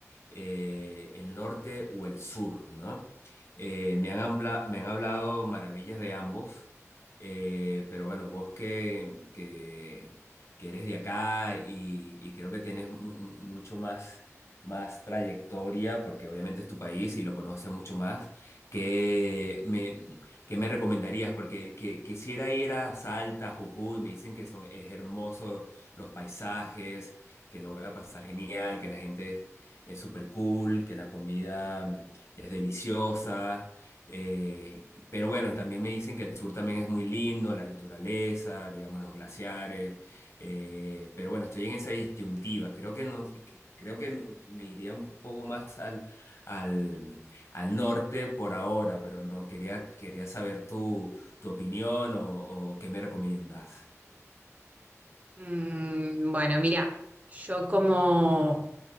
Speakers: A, on the left (about 60°); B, on the right (about 30°).
A: eh, el norte o el sur, ¿no? Eh, me han, habla- me han hablado maravillas de ambos, eh, pero bueno, vos que, que, que eres de acá y, y creo que tienes mu- mu- mucho más más trayectoria, porque obviamente es tu país y lo conoces mucho más, ¿qué me, qué me recomendarías? Porque que, quisiera ir a Salta, Jujuy, me dicen que son, es hermoso los paisajes, que lo voy a pasar genial, que la gente es súper cool, que la comida mm, es deliciosa. eh, pero bueno, también me dicen que el sur también es muy lindo, la naturaleza, digamos, los glaciares. Eh, pero bueno, estoy en esa disyuntiva. Creo que no, que- creo que no- me iría un poco más al, al, al norte por ahora, pero no, quería, quería saber tu, tu opinión o, o qué me recomiendas.
B: Mm, bueno, mira, yo como